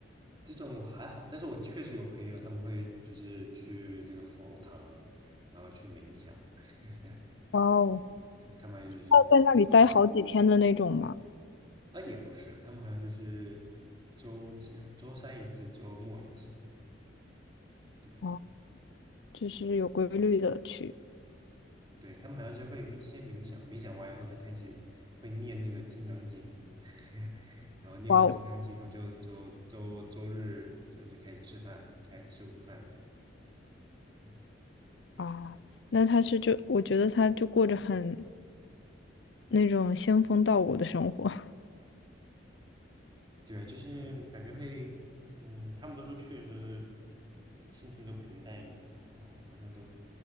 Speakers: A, on the right (about 25°); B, on the left (about 70°).
A: 这种还好，但是我确实有朋友他们会就是去这个佛堂，然后去冥想，<laughs>
B: 哇哦，
A: 对，他们就是到处游
B: 要在那里待好几天的那种吗？
A: 啊，也不是，他们好像就是周几啊，周三一次，周末一次，对，
B: 哦，就是有规律的去。
A: 对，他们好像是会冥先冥想，冥想完以后就开始会念那个《金刚经》，<laughs> 然后念完《金刚经》后就就周周日就是开始吃饭了，
B: 哇哦
A: 开始吃午饭的。嗯
B: 啊，那他是就我觉得他就过着很那种仙风道骨的生活。
A: 对，就是感觉会，嗯，他们都说去的时候心情都平淡一点，然后好像都